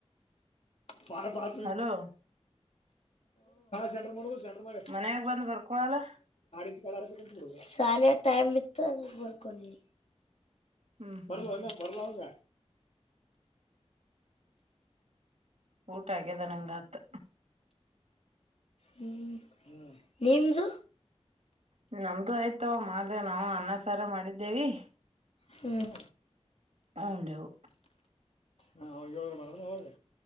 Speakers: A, on the left; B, on the right.
A: ಪಾರ ಪತ
B: ಹಲೋ
A: ಸೆಂರ್ ಮಾಡ ಸೆಂರ್ ಮಾಡ
B: ಮನ್ಯಾಗ ಬಂದ್ ಬರ್ಕೊಳಲ್ಲ
A: ಸಂ ಶಾಲೆ ಟೈಮ್ ಇತ್ತು ಬರ್ಕೊಂಡಿ
B: ಹ್ಮ್ ಹ್ಮ್
A: ಬರ್ರುವ
B: ಹ್ಮ್
A: ಅಂದ ಬರ್ಲ ಅವಂಗ
B: ಊಟ ಆಗ್ಯದ ನಂಗಾತ್
A: ಹ್ಮ್ ನಿ್ದು
B: ನಮ್ದು ಆಯ್ತವ ಮಾಡ್ದ ನಾವವು ಅನ್ನ ಸರ ಮಾಡಿದ್ದೇವಿ
A: ಹ್ಮ್
B: ಹಂಡಾವ
A: ಹಾ ಅವ್ರೋಗ ಅವ